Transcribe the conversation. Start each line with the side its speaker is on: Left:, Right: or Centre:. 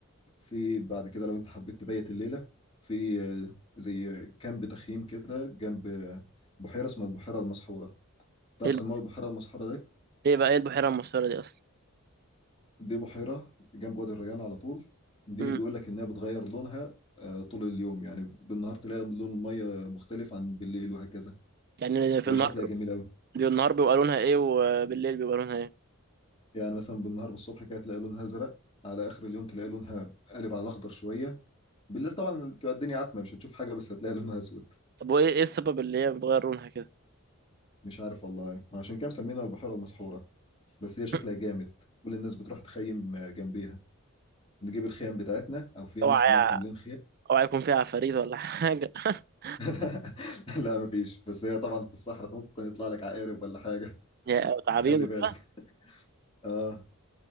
Left: في بعد كده لو انت حبيت تبيت الليله في آه، زي كامب تخييم كده جنب آه، بحيره اسمها البحيره المسحوره تعرف
Right: ايه الب-
Left: سموها البحيره المسحوره دي
Right: ايه بقى ايه البحيرة المسحورة دي اصلا
Left: دي بحيره جنب وادي الريان على طول دي
Right: مم.
Left: بيقول لك انها بتغير لونها آه، طول اليوم يعني بالنهار تلاقي لون الميه مختلف عن بالليل وهكذا
Right: يعني في
Left: فهي
Right: النهار
Left: شكلها جميل قوي
Right: بي- النهار بيبقى لونها ايه وبالليل بيبقى لونها ايه
Left: يعني مثلا بالنهار بالصبح كده تلاقي لونها ازرق على اخر اليوم تلاقي لونها قالب على الاخضر شويه بالليل طبعا تبقى الدنيا عتمه مش هتشوف حاجه بس هتلاقي لونها اسود
Right: طب وايه ايه السبب اللي هي بتغير لونها كده
Left: مش عارف والله عشان كده مسمينها البحيره المسحوره بس هي شكلها
Right: <laughs>
Left: جامد كل الناس بتروح تخيم جنبيها نجيب الخيام بتاعتنا او في
Right: اوعى
Left: ناس هناك عاملين خيام
Right: اوعى يكون فيها عفاريت ولا حاجة <laughs>
Left: <laughs> لا مفيش بس هي طبعا في الصحراء ممكن يطلع لك عقارب ولا حاجه
Right: يا-
Left: <laughs>
Right: او تعابين
Left: فخلي
Right: وكده
Left: بالك اه